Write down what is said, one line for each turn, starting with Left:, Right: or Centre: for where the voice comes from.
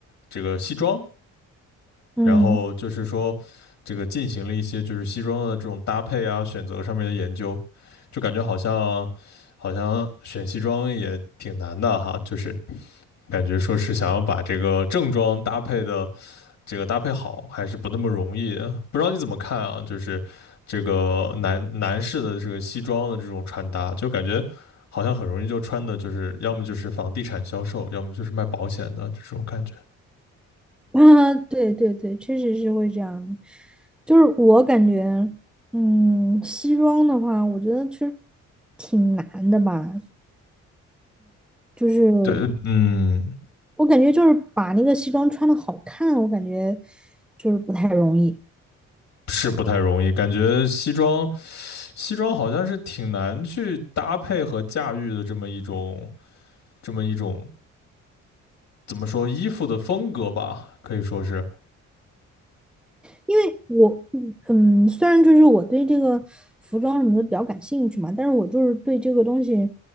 Left: 这个西装，
Centre: 嗯。
Left: 然后就是说这个进行了一些就是西装的这种搭配啊选择上面的研究，就感觉好像好像选西装也挺难的哈，就是感觉说是想要把这个正装搭配的这个搭配好，还是不那么容易的不知道你怎么看啊？就是这个男男士的这个西装的这种穿搭，就感觉。好像很容易就穿的，就是要么就是房地产销售，要么就是卖保险的，就这种感觉。
Centre: <laughs> 啊，对对对，确实是会这样的。就是我感觉，嗯，西装的话，我觉得其实挺难的吧。就是
Left: 对，嗯，
Centre: 我感觉，就是把那个西装穿的好看，我感觉就是不太容易。
Left: 是不太容易，感觉西装，西装好像是挺难去搭配和驾驭的这么一种，这么一种怎么说衣服的风格吧，可以说是
Centre: 因为我嗯，嗯虽然就是我对这个服装什么的比较感兴趣嘛，但是我就是对这个东西